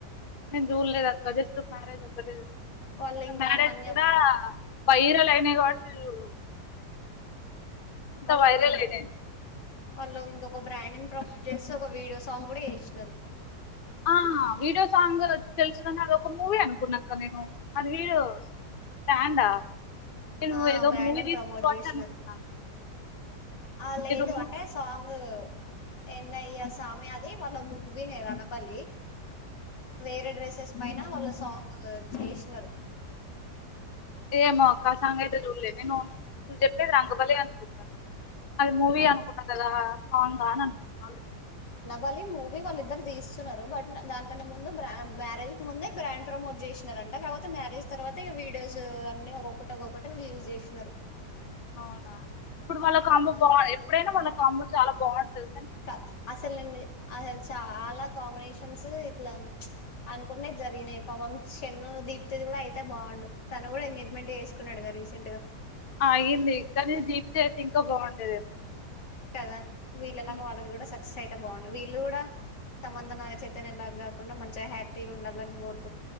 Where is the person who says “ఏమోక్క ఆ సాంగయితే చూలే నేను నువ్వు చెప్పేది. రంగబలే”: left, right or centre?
Left